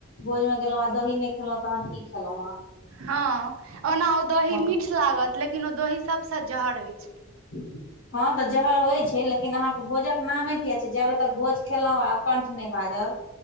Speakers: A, on the left (about 60°); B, on the right (about 85°).
A: भोज मे गेलहुँ आ दही नहि खेलहुँ तहन की खेलौं वहां,
B: हँ ओना ओ दही मीठ
A: गेल
B: लागत लेकिन ओ दही सभसँ जहर अछि,
A: <inaudible> हँ तऽ जहर होइ छै लेकिन अहाँके भोजक नामे किया छै जेबे तक भोज खेलहुँ आ कंठ नहि बाझल,